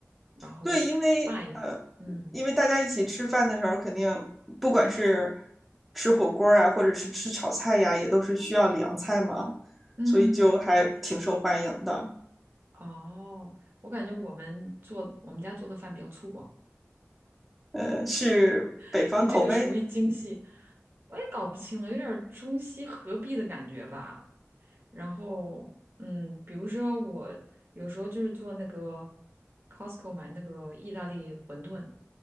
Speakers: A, on the right; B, in the centre.
A: 然后拌一会儿。
B: <laughs> 对，因为呃，
A: 嗯
B: 因为大家一起吃饭的时候，肯定不管是吃火锅啊，或者是吃炒菜呀，啊也都是需要凉菜嘛，
A: 嗯，
B: 所以就还挺受欢迎的。
A: 哦，我感觉我们做我们家做的饭比较粗犷，
B: 呃，是北方口味。
A: <laughs> 你这个属于精细，我也搞不清了，有点儿中西合璧的感觉吧。然后嗯，比如说我有时候就是做那个 Costco 买那个意大利馄饨。